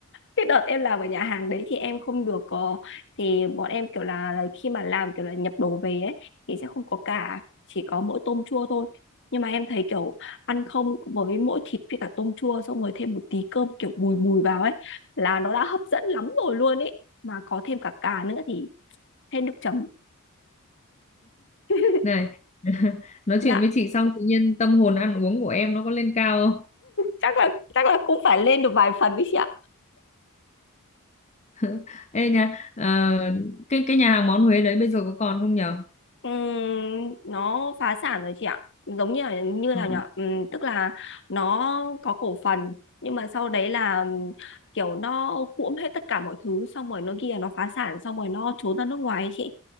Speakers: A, on the left; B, on the left.
A: cái đợt em làm ở nhà hàng đấy thì em không được có thì bọn em kiểu là, là khi mà làm kiểu là nhập đồ về ấy thì sẽ không có cả chỉ có mỗi tôm chua thôi nhưng mà em thấy kiểu ăn không với mỗi thịt với cả tôm chua xong rồi thêm một tí cơm kiểu bùi bùi vào ấy là nó đã hấp dẫn lắm rồi luôn ấy mà có thêm cả cà nữa thì thêm nước chấm <laughs>
B: Này, <laughs> nói
A: dạ
B: chuyện với chị xong tự nhiên tâm hồn ăn uống của em nó có lên cao không?
A: chắc là chắc là cũng phải lên được vài phần đấy chị ạ
B: <laughs> Ê nha, ờ, cái cái nhà hàng món Huế đấy bây giờ có còn không nhở?
A: Ừm, nó phá sản rồi chị ạ giống như là như
B: Ờ.
A: nào nhỉ Ừm, tức là nó có cổ phần nhưng mà sau đấy là ừm, kiểu nó cuỗm hết tất cả mọi thứ xong rồi nó kia nó phá sản xong rồi nó trốn ra nước ngoài ấy chị